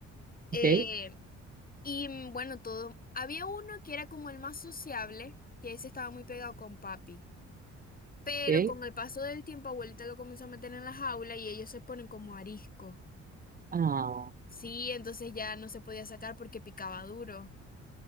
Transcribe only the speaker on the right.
Ok,
ok.
Ah,